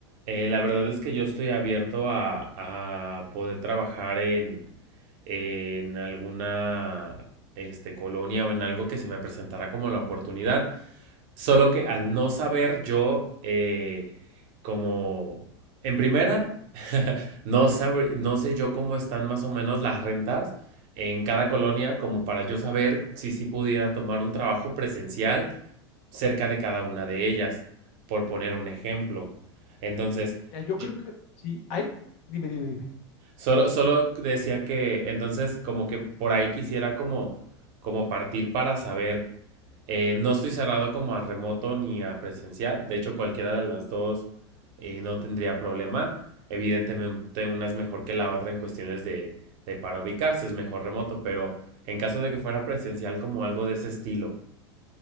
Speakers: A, on the right; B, on the left.
A: Eh, la verdad es que yo estoy abierto a, a poder trabajar en, en alguna este, colonia o en algo que se me presentara como la oportunidad. Solo que al no saber yo, eh, como en primera, <laughs> no sabe, no sé yo cómo están más o menos las rentas en cada colonia como para yo saber si sí pudiera tomar un trabajo presencial cerca de cada una de ellas, por poner un ejemplo. Entonces,
B: Mira, yo
A: yo-
B: creo que sí, hay, dime, dime, dime.
A: solo, solo decía que, entonces, como que por ahí quisiera como, como partir para saber, eh, no estoy cerrado como a remoto ni a presencial, de hecho cualquiera de las dos eh, no tendría problema, evidentemente una es mejor que la otra en cuestiones de, de para ubicarse, es mejor remoto, pero en caso de que fuera presencial como algo de ese estilo.